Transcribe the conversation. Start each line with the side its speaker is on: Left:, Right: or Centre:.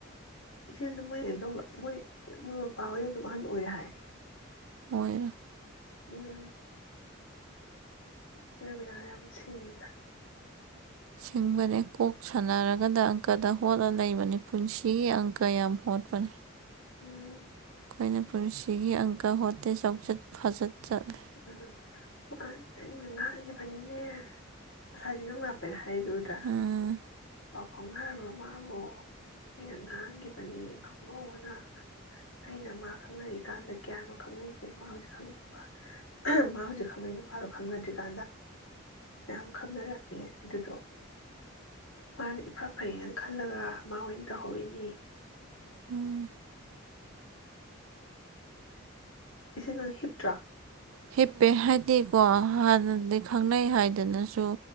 Left: ꯏꯆꯦꯗꯣ ꯃꯣꯏ ꯀꯩꯅ ꯇꯧꯕ ꯃꯣꯏ ꯃꯣꯏ ꯃꯄꯥꯍꯣꯏꯗ ꯑꯗꯨꯝ ꯑꯍꯟ ꯑꯣꯏꯔꯦ ꯍꯥꯏ
Right: ꯐꯩꯌꯦꯅ
Left: ꯎꯝ ꯄꯩꯁꯥ ꯑꯃꯨꯛ ꯁꯤꯡꯅꯤꯗ
Right: ꯁꯤꯡꯕꯅꯦ ꯀꯣꯛ ꯁꯥꯟꯅꯔꯒꯗ ꯑꯪꯀꯗ ꯍꯣꯠꯂ ꯂꯩꯕꯅꯤ ꯄꯨꯟꯁꯤꯒꯤ ꯑꯪꯀ ꯌꯥꯝ ꯍꯣꯠꯄꯅꯦ
Left: ꯎꯝ
Right: ꯑꯩꯅ ꯄꯨꯟꯁꯤꯒꯤ ꯑꯪꯀ ꯍꯣꯠꯇꯦ ꯆꯥꯎꯆꯠ ꯐꯖꯠ ꯆꯠꯂ
Left: ꯎꯝ ꯃꯥꯅꯦ ꯑꯩꯅ ꯉꯥꯡꯒꯤꯕꯅꯤꯅꯦ꯫ ꯉꯁꯥꯏꯗꯤ ꯅꯪ ꯂꯥꯛꯄꯩꯗ ꯍꯥꯏ ꯂꯨꯗꯔ
Right: ꯎꯝ
Left: ꯐꯥꯎꯅꯔꯕꯔꯥ ꯃꯥꯕꯣ ꯑꯩꯅ ꯉꯥꯡꯒꯤꯕꯅꯤ ꯐꯥꯎꯅꯧꯅ ꯑꯩꯅ ꯃꯥ ꯈꯪꯅꯔꯤꯀꯥꯟꯗ ꯀꯌꯥꯅꯣ ꯈꯪꯅꯩꯖꯦ ꯃꯥ ꯍꯧꯖꯤꯛ ꯈꯪꯅꯩ ꯅꯨꯄꯥꯗꯨ ꯃꯥ ꯍꯧꯖꯤꯛ ꯈꯪꯅꯩ ꯅꯨꯄꯥꯗꯨ ꯈꯪꯅꯗ꯭ꯔꯤꯀꯥꯟꯗ ꯎꯝ ꯈꯪꯅꯔꯝꯃꯦ꯫ ꯑꯗꯨꯗꯣ ꯃꯥꯅ ꯏꯐ ꯐꯩꯅ ꯈꯜꯂꯒ ꯃꯥꯑꯣꯏ ꯇꯧꯍꯧꯔꯤꯅꯤ
Right: ꯎꯝ
Left: ꯑꯗ ꯅꯪ ꯍꯤꯞꯇ꯭ꯔꯥ
Right: ꯍꯤꯞꯄꯦ ꯍꯥꯏꯗꯤꯀꯣ ꯍꯥꯟꯅꯂꯗꯩ ꯈꯪꯅꯩ ꯍꯥꯏꯗ ꯍꯦꯟꯅꯁꯨ